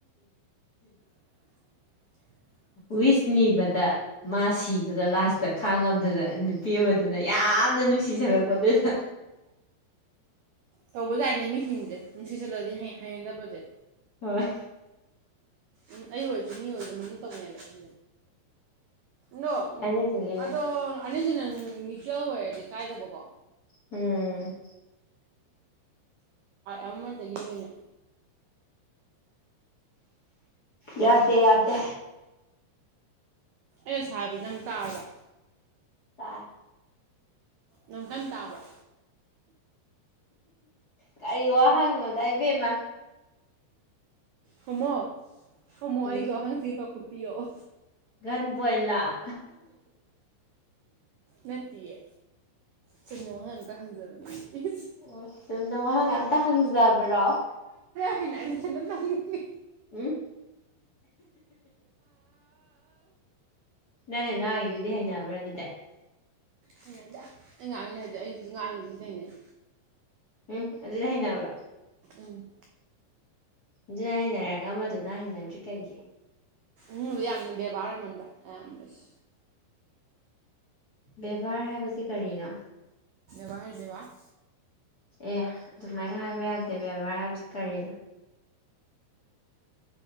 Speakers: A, on the right; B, on the left.
A: <inaudible>
B: ꯋꯤꯁ ꯅꯤꯕꯗ ꯃꯥ ꯁꯤꯕꯗ ꯂꯥꯁꯇ ꯈꯥꯡꯉꯝꯗꯨꯗ ꯅꯨꯄꯤ ꯑꯃꯗꯨꯅ ꯌꯥꯝꯅ ꯅꯨꯡꯁꯤꯖꯉꯛꯄꯗꯨꯗ
A: ꯇꯧꯕ ꯌꯥꯠꯅꯦ ꯃꯤꯁꯤꯡꯁꯦ ꯅꯨꯡꯁꯤꯁꯜꯂꯗꯤ ꯍꯌꯦꯡꯗꯕꯁꯦ
B: ꯍꯣꯏ
A: ꯎꯝ ꯑꯩ ꯑꯣꯏꯔꯁꯨ ꯃꯤ ꯑꯣꯏꯔꯁꯨ ꯃ ꯑꯗꯨꯝ ꯇꯧꯅꯦꯕ ꯑꯗꯨ ꯗꯣ
B: ꯑꯗꯨꯗꯨꯒꯤꯅꯦ
A: ꯑꯗꯣ ꯑꯅꯤꯁꯨ ꯅꯪ ꯃꯤ꯭ꯇꯦꯜ ꯑꯣꯏꯔꯗꯤ ꯀꯥꯏꯗꯕꯀꯣ
B: ꯎꯝ
A: ꯎ ꯑꯃꯟꯇꯗꯒꯤ ꯑꯣꯏꯅ
B: ꯌꯥꯗꯦ ꯌꯥꯗꯦ
A: ꯑꯦ ꯁꯥ ꯍꯥꯏꯕꯤ ꯅꯪ ꯇꯥꯕ꯭ꯔ
B: ꯇꯥꯏ
A: ꯅꯪꯈꯟ ꯇꯥꯕ꯭ꯔꯥ
B: ꯀꯔꯤ ꯋꯥꯍꯪꯅꯣꯗ ꯏꯕꯦꯝꯃ
A: ꯍꯃꯣ ꯈꯃꯣ
B: ꯎꯝ
A: ꯑꯩꯒ ꯋꯥꯍꯪꯆꯤ ꯄꯥꯎꯈꯨꯝ ꯄꯤꯌꯑꯣ
B: ꯒꯟ ꯄꯣꯏꯟꯂꯥ
A: ꯅꯠꯇꯦꯌꯦ ꯁꯦꯡꯅ ꯋꯥꯍꯪ ꯑꯝꯇ ꯍꯪꯖꯕꯅꯦ ꯏꯁ
B: ꯎꯝ ꯁꯨꯝꯗ ꯋꯥꯍꯪ ꯑꯝꯇ ꯍꯪꯖꯕ꯭ꯔꯣ
A: ꯑꯩꯅ ꯑꯩꯅ ꯁꯅ ꯇꯧꯈꯤꯅꯤ
B: ꯎꯝ ꯅꯪ ꯅ ꯉꯥꯡꯉꯩꯗꯨꯗꯤ ꯍꯩꯅꯕ꯭ꯔꯥ ꯑꯗꯨꯗꯤ
A: ꯍꯥꯏ ꯑꯩ ꯉꯥꯡꯉꯤꯅꯦ ꯍꯥꯏꯗꯤ ꯑꯩꯁꯤꯁꯨ ꯉꯥꯡꯉꯤꯁꯤ ꯁꯤ ꯂꯩꯅꯦꯩ
B: ꯎꯝ ꯑꯗꯨꯗꯤ ꯍꯩꯅꯔꯕ
A: ꯎꯝ
B: ꯑꯗꯨꯅ ꯍꯩꯅꯔꯒ ꯃꯗꯨꯅ ꯍꯩꯅꯗ꯭ꯔꯤ ꯀꯩꯒꯤ
A: ꯎ ꯌꯥꯝꯅ ꯕꯦꯕꯥꯔ ꯑꯣꯏꯃꯟꯕ꯭ꯔꯥ ꯑꯌꯥꯝꯁꯤ
B: ꯕꯦꯕꯥꯔ ꯍꯥꯏꯕꯁꯤ ꯀꯔꯤꯅꯣ
A: ꯕꯔ ꯕꯥꯥꯛ
B: ꯑꯦ ꯑꯗꯨꯃꯥꯏꯅ ꯍꯥꯏꯕ ꯌꯥꯗꯦ ꯕꯦꯕꯥꯔ ꯍꯥꯏꯕꯁꯤ ꯀꯔꯤꯅꯣ